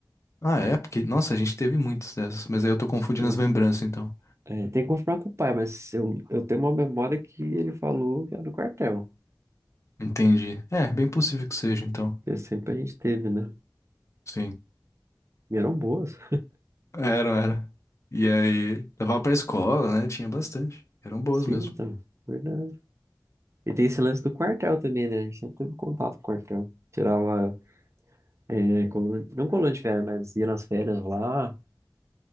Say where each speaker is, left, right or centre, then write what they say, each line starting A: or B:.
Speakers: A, on the left (about 40°); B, on the right (about 40°).
A: Ah, é? Porque, nossa, a gente teve muitas dessas. Mas aí eu tô confundindo
B: sim
A: as lembranças, então.
B: É, tem que confirmar com o pai, mas eu, eu tenho uma memória que ele falou que era do quartel.
A: Entendi. É, bem possível que seja, então.
B: Que sempre a gente teve, né?
A: Sim.
B: E eram boas.
A: Era, era. E aí, levava pra escola, né? Tinha bastante. Eram boas
B: Sim,
A: mesmo.
B: então, verdade. E tem esse lance do quartel também, né? A gente sempre teve contato com o quartel. Tirava, é, coluna- não coluna de férias, mas ia nas férias lá.